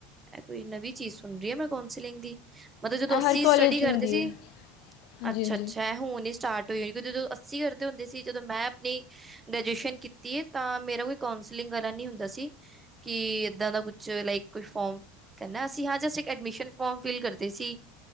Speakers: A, on the right; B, on the left.
A: ਐਹ ਕੋਈ ਨਵੀਂ ਚੀਜ਼ ਸੁਣ ਰਹੀ ਹੈ ਮੈਂ ਕੌਂਸਲਿੰਗ ਦੀ। ਮਤਲ ਜਦੋਂ ਅੱਸੀ
B: ਇਹ ਹਰ ਕਾਲਜ
A: ਸਟੱਡੀ ਕਰਦੇ
B: 'ਚ ਹੁੰਦੀ
A: ਸੀ
B: ਹੈ ਹਾਂਜੀ
A: ਅੱਛਾ
B: ਹਾਂਜੀ
A: ਅੱਛਾ ਐ ਹੁਣ ਈ ਸਟਾਰਟ ਕਿਉਕ ਜਦੋਂ ਅੱਸੀ ਕਰਦੇ ਹੁੰਦੇ ਸੀ ਜਦੋਂ ਮੈਂ ਆਪਣੀ। ਗ੍ਰਜੂਏਸ਼ਨ ਕੀਤੀਏ ਤਾਂ ਮੇਰਾ ਕੋਈ ਕਾਸਲਿੰਗ ਵਾਲਾ ਨੀ ਹੁੰਦਾ ਸੀ। ਕੀ ਏਦਾਂ ਦਾ ਕੁਛ ਲਾਈਕ ਕੋਈ ਫੋਮ ਕੇਂ ਨਾ ਅਸੀਂ ਹਾਂ ਅਸੀ ਇੱਕ ਐਡਮਿਸ਼ਨ ਫੋਮ ਫਿਲ ਕਰਦੇ ਸੀ।